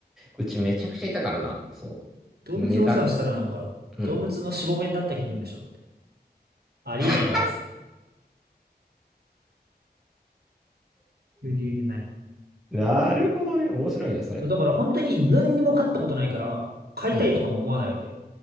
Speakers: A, in the centre; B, on the right (about 65°).
A: うちめちゃくちゃいたからな。そ
B: 動物のお世話したらなんか、
A: う。メダ、うん。
B: 動物のしぼめになった気分でしょって。ありえないわ、
A: <laughs>
B: つって。無理無理ない。
A: なるほどね。面白いな、それ。
B: だから本当に何にも飼ったことないから、飼いたいとかも思わないわけ。
A: うん。
B: だ